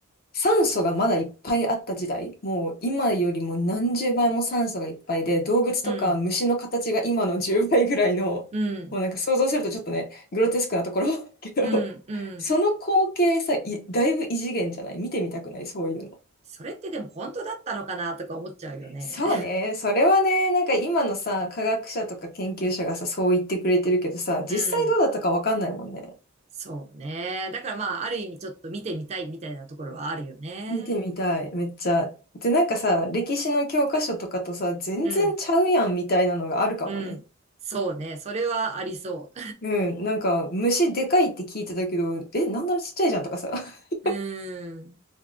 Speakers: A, on the left; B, on the right.
A: 酸素がまだいっぱいあった時代、もう今よりも何十倍も酸素がいっぱいで、動物とか虫の形が今の10倍ぐらいの、
B: うん、うん、
A: もうなんか想像するとちょっとね、グロテスクなところ <laughs> けど、
B: うん、うん。
A: その光景さ、いだいぶ異次元じゃない見てみたくないそういうの。
B: それってでも本当だったのかなとか思っちゃうよね。
A: そうね。それはね、なんか今のさ、科学者とか研究者がさ、そう言ってくれてるけどさ、実際どうだったかわかんないもんね。
B: <laughs> うん。そうね。だからまあ、ある意味ちょっと見てみたいみたいなところはあるよね。
A: 見てみたい、めっちゃ。で、なんかさ、歴史の教科書とかとさ、全然ちゃうやんみたいなのがあるかもね。
B: うん。うん。そうね。それはありそ
A: うん、なんか虫でかいって聞いてたけど、え、なんならちっちゃいじゃんとかさ。<laughs>
B: う。<laughs> うん。